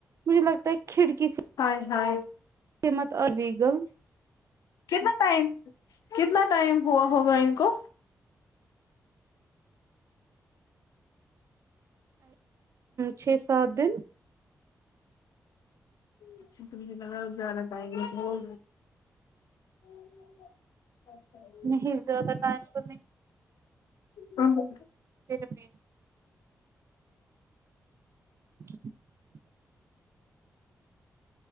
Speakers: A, on the right; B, on the left.
A: مجھے لگتا ہے کھڑکی سے
B: اے ہائے
A: کے مت آ ایگل
B: کتنا ٹائم کتنا ٹائم ہوا ہوگا ان کو
A: چھ سات دن
B: اچھے سے ملکر آؤں زیادہ ٹائم مت لگاؤ <inaudible> اچھا <inaudible>
A: نہیں زیادہ ٹائم تو نہیں
B: ہاں وہ
A: پھر بھی <inaudible>